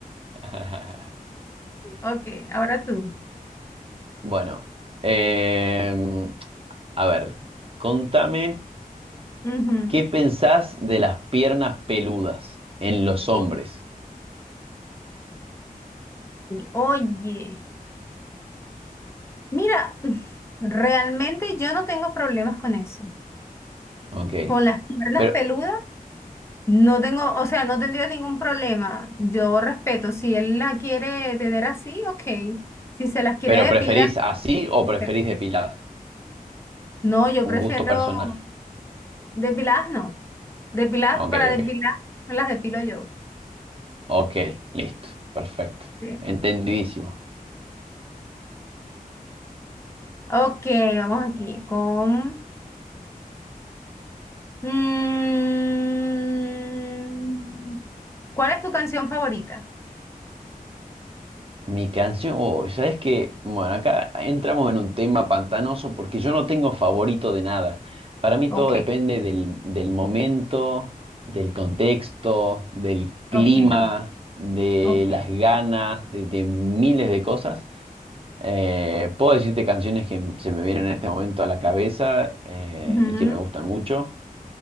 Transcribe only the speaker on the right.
<laughs>
Bueno, em, a ver, contame
qué pensás de las piernas peludas en los hombres.
Ok.
Pero,
pero
¿preferís así o preferís
depiladas?
Un
gusto personal.
Ok,
ok.
Ok, listo. Perfecto.
Entendidísimo.
Mi canción, oh, ¿sabes qué? Bueno, acá entramos en un tema pantanoso porque yo no tengo favorito de nada. Para mí
todo depende del, del momento, del contexto, del clima,
de
las ganas, de, de miles de cosas. Eh, puedo decirte canciones que se me vienen en este momento a la cabeza eh,
y que me gustan mucho.